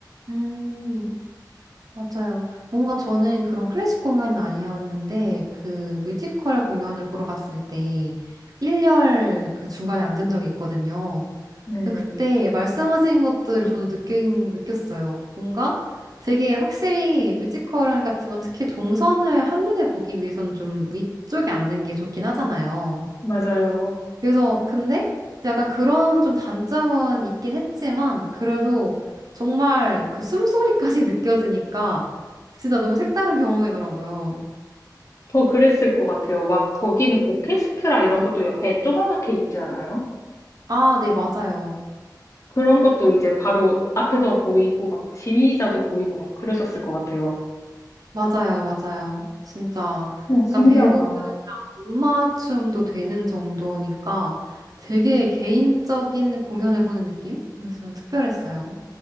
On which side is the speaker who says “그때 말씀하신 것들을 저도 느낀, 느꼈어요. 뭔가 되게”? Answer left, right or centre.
Right